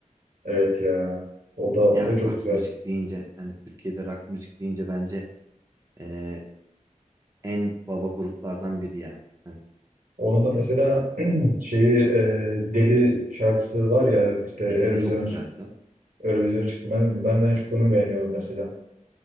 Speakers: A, on the right (about 70°); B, on the right (about 25°).
A: evet ya o da o
B: Ya
A: da çok
B: rock
A: güzel.
B: müzik deyince hani Türkiye'de rock müzik deyince bence e, en baba gruplardan biri yani. Hani
A: Onun da mesela
B: e,
A: <clears throat> şeyi e, Deli şarkısı var ya işte Eurovision'a
B: eli de çok güzeldi canım.
A: Eurovision'a çıktı. Ben, ben de en çok onu beğeniyorum mesela.